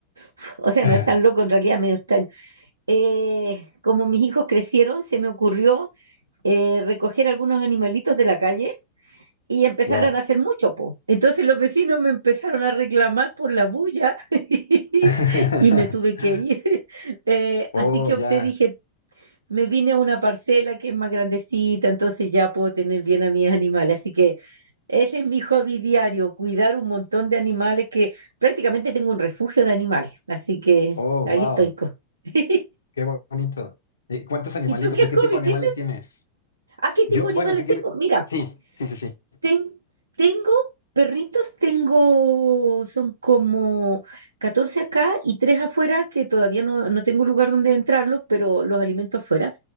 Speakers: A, on the right (about 75°); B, on the left (about 75°).
A: <laughs> o sea,
B: <laughs>
A: no es tan loco, en realidad medio extraño. Eh, como mis hijos crecieron, se me ocurrió eh, recoger algunos animalitos de la calle y empezaron
B: Wow.
A: a hacer mucho, po. Entonces los vecinos me empezaron a reclamar por la bulla <laughs> y
B: <laughs>
A: me tuve que ir. <laughs> Eh,
B: Oh,
A: así que
B: ya.
A: opté, dije, me vine a una parcela que es más grandecita, entonces ya puedo tener bien a mis animales. Así que ese es mi hobby diario, cuidar un montón de animales que prácticamente tengo un refugio de animales. Así que
B: Oh,
A: ahí
B: wow.
A: estoy. co- <laughs>
B: Qué bonito. Eh, ¿Cuántos animalitos
A: ¿Y tú qué
B: o
A: hobby
B: qué tipo de
A: tienes?
B: animales tienes?
A: ¿A qué
B: Yo,
A: tipo de
B: bueno,
A: animales
B: si quiere.
A: tengo? Mira.
B: Sí, sí, sí, sí.
A: Ten- tengo perritos, tengo, son como 14 acá y tres afuera, que todavía no, no tengo lugar donde entrarlos, pero los alimento afuera.